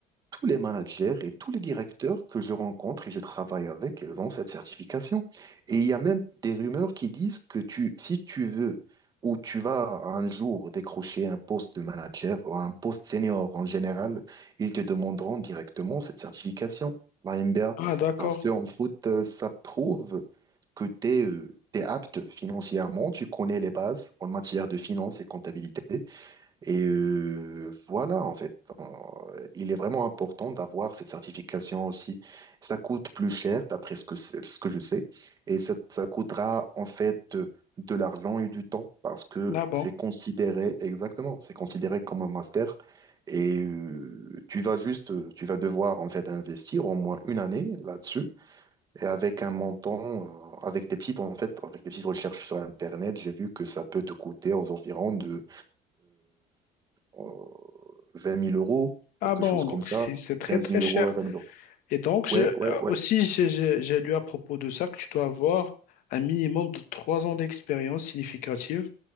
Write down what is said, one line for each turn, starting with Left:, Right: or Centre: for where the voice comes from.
Right: tous les managers et tous les directeurs que je rencontre et je travaille avec, ils ont cette certification. Et il y a même des rumeurs qui disent que tu, si tu veux ou tu vas un jour décrocher un poste de manager ou un poste senior en général, ils te demanderont directement cette certification, la MBA,
Left: Ah, d'accord.
Right: parce qu'en foot, euh, ça prouve que tu es, apte financièrement, tu connais les bases en matière de finance et comptabilité, et euh, voilà, en fait, En- il est vraiment important d'avoir cette certification aussi. Ça coûte plus cher, d'après ce que, c'est- ce que je sais, et ça, ça coûtera en fait de, de l'argent et du temps, parce que
Left: Ah bon.
Right: c'est considéré, exactement, c'est considéré comme un master, et euh, tu vas juste, euh, tu vas devoir en fait investir au moins une année là-dessus, et avec un montant, euh, avec des petites, en fait, avec des petites recherches sur Internet, j'ai vu que ça peut te coûter aux environs euh, euh, 20 000 euros,
Left: Ah
Right: quelque
Left: bon,
Right: chose
Left: donc
Right: comme ça,
Left: c'est c'est très
Right: 15
Left: très
Right: 000
Left: cher.
Right: euros à 20 000 euros.
Left: Et donc, je,
Right: Ouais,
Left: euh,
Right: ouais, ouais.
Left: aussi, j'ai j'ai- j'ai lu à propos de ça que tu dois avoir un minimum de trois ans d'expérience significative